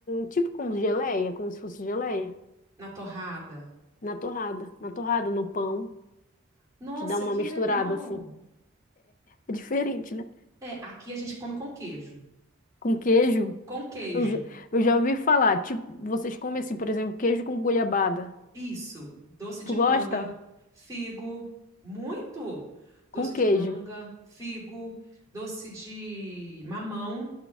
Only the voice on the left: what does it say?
tipo como geleia, como se fosse geleia,
na torrada. Na torrada, no pão,
te dá uma
misturada
assim. É diferente, né?
Com queijo.
Eu já, eu já ouvi falar, tipo, vocês comem assim, por exemplo, queijo com goiabada.
Tu
gosta?
Com
queijo,